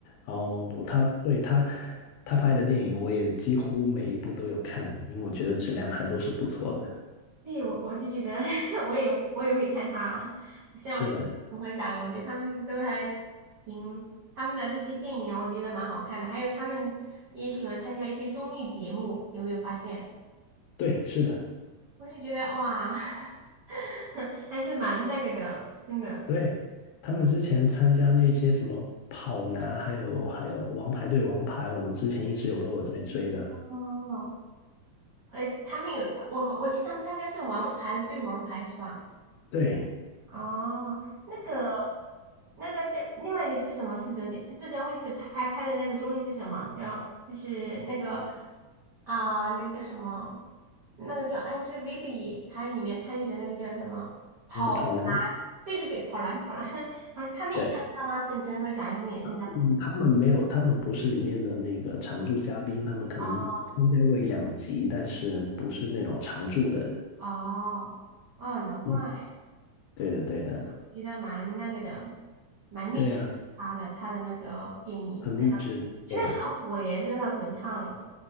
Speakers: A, on the left; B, on the right.
A: 然后他对他他拍的电影，我也几乎每一部都有看，因为我觉得质量还都是不错的。
B: 对，我我就觉得 <laughs> 我也我也会看他，像我和贾玲，
A: 是，
B: 我觉得他们都还挺他们的那些电影啊我觉得蛮好看的。还有他们也喜欢参加一些综艺节目，有没有发现？
A: 对，是的。
B: 我是觉得哇，<laughs> 还是蛮那个的，真的。
A: 对，他们之前参加那些什么跑男，还有还有王牌对王牌，我们之前一直有都有在追的。
B: 哦，哎，他们有我我记得他们参加是《王牌对王牌》是吧？
A: 对，
B: 哦，那个那个这另外一个是什么？是浙江浙江卫视拍拍拍的那个综艺是什么？叫就是那个啊、那个叫什么？那个叫 Angelababy，她里面参与的那个叫什么？跑男，
A: 嗯、跑男，
B: 对对对，跑男跑男，<laughs> 好像他们也参加了吗？
A: 对，
B: 沈腾和贾玲他们也参加了吗？
A: 嗯，他们没有，他们不是里面的那个常驻嘉宾，他们可能参加过一两集，
B: 哦
A: 但是不是那种常驻的人。
B: 哦哦，难怪。
A: 嗯，对的，对的，
B: 我觉得蛮那个的，蛮内他的他的那个电影《热辣》，
A: 对呀、很励志，
B: 现在很火耶，
A: 对，
B: 《热辣滚烫》